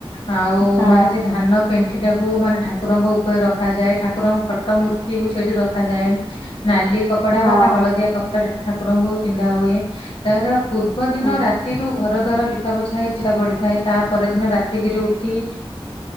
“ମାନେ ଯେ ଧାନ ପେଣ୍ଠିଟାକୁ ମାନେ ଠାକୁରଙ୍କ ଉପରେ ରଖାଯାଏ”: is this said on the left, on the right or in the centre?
Left